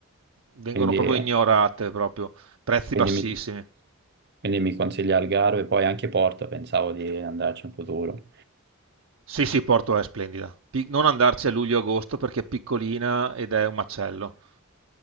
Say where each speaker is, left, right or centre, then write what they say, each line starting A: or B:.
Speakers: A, on the right; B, on the right.
A: vengono
B: Quindi,
A: proprio ignorate, proprio. Prezzi
B: quindi
A: bassissimi.
B: mi, quindi mi consiglia Algarve, poi anche Porto, pensavo di andarci in futuro.
A: Sì, sì, Porto è splendida. Pi- non andarci a luglio-agosto perché è piccolina ed è un macello.